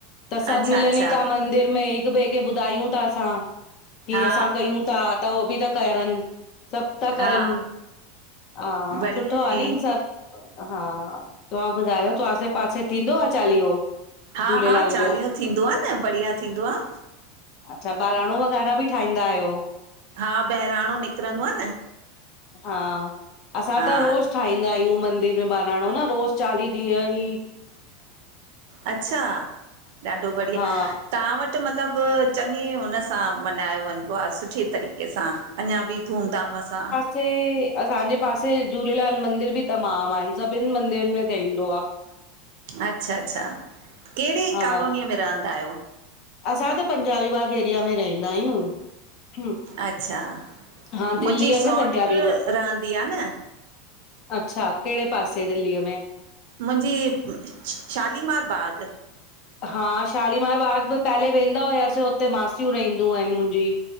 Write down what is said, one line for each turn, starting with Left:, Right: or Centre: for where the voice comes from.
Left: त सभु
Right: अच्छा
Left: मिलनि
Right: अच्छा
Left: ई था मंदिर में हिक ॿिए खे ॿुधायूं था असां। की
Right: हा
Left: असां कयूं था त हो बि ता करन। सभु ता
Right: हा
Left: करनि, हा
Right: बढ़िया
Left: सुठो
Right: आहे
Left: आ नी सभु हा, तव्हां ॿुधायो तो आसे पासे थींदो आ चालीहो?
Right: हा
Left: झूलेलाल
Right: हा, चालीहो
Left: जो?
Right: थींदो आ न बढ़िया थींदो आ।
Left: अच्छा ॿहिराणो वग़ैरह बि ठाहींदा आहियो?
Right: हा बहिराणों निकिरंदो आ न।
Left: हा असां
Right: हा
Left: त रोज़् ‌‌ ठाहींदा आहियूं मंदिर में बहिराणो न रोज़ चालीह ॾींहं ही।
Right: अच्छा, ॾाढो बढ़िया
Left: हा
Right: तहां वटि वटु मतिलबु चङे हुन सां मन्हायो वंञिंबो आ सुठे तरीक़े। के सां अञां बि धूम -धाम सां।
Left: जे, असांजे पासे झूलेलाल मंदिर बि तमामु आहिनि सभिनि मंदरनि में ठईंदो आ।
Right: अच्छा- अच्छा कहिड़ी
Left: हा
Right: कॉलोनीअ में रहंदा आहियो?
Left: असां त पंजाबी बाग एरिया में रहिंदा आहियूं।
Right: अच्छा
Left: हा दिल्लीअ
Right: मुंजी सौट्रि
Left: में पंजाबी बाग
Right: रहंदी आ न।
Left: अच्छा, केड़े पासे दिल्लीअ में?
Right: मुंजी शालीमार बाग।
Left: हा शालीमार बाग में पहले वेंदा हुयासीं, हुते मासियूं रहंदियूं आहिनि मुंहिंजी।